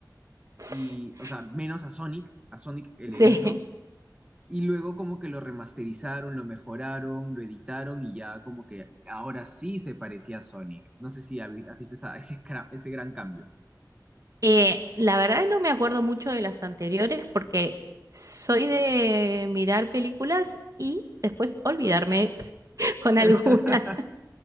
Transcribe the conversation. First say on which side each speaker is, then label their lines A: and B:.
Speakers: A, on the right; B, on the right.
A: <laughs>
B: y, o sea, menos a Sonic, a Sonic el
A: Sí,
B: erizo. Y luego como que lo remasterizaron, lo mejoraron, lo editaron y ya como que ahora sí se parecía a Sonic. No sé si habi- has visto esa- <laughs> ese, cra- ese gran cambio.
A: Eh, la verdad no me acuerdo mucho de las anteriores porque soy de mirar películas y después olvidarme <laughs> con
B: <laughs>
A: algunas.